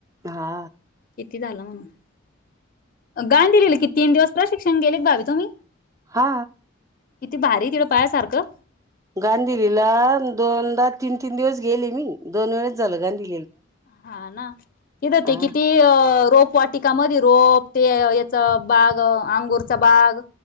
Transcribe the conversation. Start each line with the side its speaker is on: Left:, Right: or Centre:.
Right: हा
Left: किती झाला म्हणून गांदिलेलेल कि तीन दिवस प्रशिक्षण गेले भावी तुम्ही
Right: हा
Left: किती भारी तिडं पायासारखं
Right: गांधीलीला दोनदा तीन तीन दिवस गेले मी दोन वेळेस झाल गांधी
Left: हा ना तिथं
Right: हा
Left: ते किती अ रोप वाटीकामध्ये रोप ते याच बाग अंगूरचा बाग